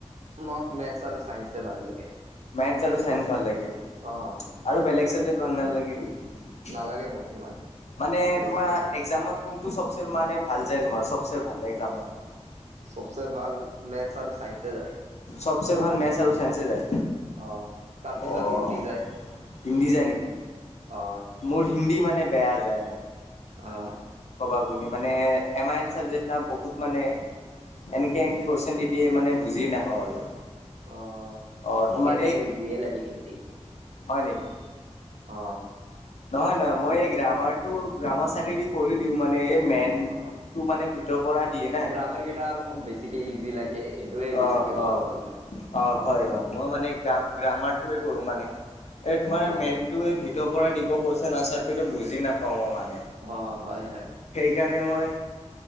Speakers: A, on the right (about 70°); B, on the left (about 70°).
A: মোক মেথছ আৰু চাইন্সে ভাল লাগে।
B: মেথছ আৰু চাইন্স ভাল লাগে।
A: অ।
B: আৰু বেলেগ চাবজেক্ট ভাল নালাগে নেকি?
A: নালাগে মোক ইমান
B: মানে
A: বেলেগ
B: তোমাৰ
A: চাবজেক্ট
B: একজামত কোনটো চবচে মানে ভাল যায় তোমাৰ চবচে ভাল এজামত?
A: চবচে ভাল মেথছ আৰু চাইন্সে যায়।
B: চব ভাল মেথছ আৰু চাইন্স যায়।
A: অ তাৰপিছত
B: অ',
A: হিন্দী যায়।
B: হিন্দী যায় নেকি।
A: অ
B: মোৰ হিন্দী মানে বেয়া যায়।
A: অ।
B: ক'ব মানে এম আই এল চাবজেক্ট বহুত মানে এনেকে এনেকে কৈচম দিদিয়ে মানে বুজি নাপাওঁ আৰু।
A: অ
B: অ',
A: মোক
B: তোমাৰ
A: এম আই
B: এই
A: এল ইজিয়ে লাগে হিন্দী
B: হয় নেকি।
A: অ।
B: নহয় নহয় মই এই গ্ৰামাৰটো গ্ৰামাৰ <unintelligible> কৰি দিওঁ মানে- মে এই মেইনটো
A: অ
B: মানে ভিতৰ পৰা দিয়ে নাই।
A: গ্ৰামাৰ কেইটা আৰু মোক বেছিকে ইজি লাগে এইটোয়ে বেছিকে
B: অ
A: কৰো
B: অ
A: আৰু মই
B: অ হয় হয় মই মানে গ্ৰামাৰটোৱে কৰো মানে। এ তোমাৰ
A: অ
B: মেনটো এই ভিতৰ পৰা দিব কৈছোম এনচাৰটো বুজি নাপাও মই ম
A: অ হয় হয়।
B: সেইকাৰণে মই